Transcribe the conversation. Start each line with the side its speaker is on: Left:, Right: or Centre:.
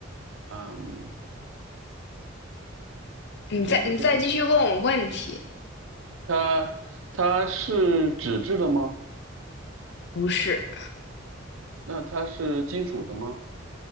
Right: 啊，嗯
Left: 你再你再继续问我问题。
Right: 不是电子秤。它它是纸质的吗？
Left: 不是，
Right: 那它是金属的吗？